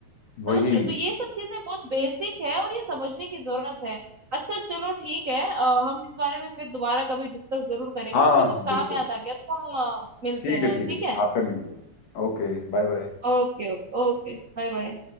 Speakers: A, on the left (about 75°); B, on the right (about 85°).
A: वही
B: समझ रहे हो तो ये सब चीजें बहुत बेसिक है और ये समझने की जरूरत है अच्छा चलो ठीक है अ, हम इस बारे में फिर दोबारा कभी डिस्कस जरूर करेंगे
A: हाँ
B: मुझे
A: हाँ
B: कुछ
A: हाँ
B: काम
A: बिल्कुल
B: याद आ गया तो हम अ, मिलते
A: ठीक
B: हैं
A: है ठीक
B: ठीक
A: है ठीक
B: है
A: है आप कर लीजिए Okay bye bye
B: ओके Okay bye bye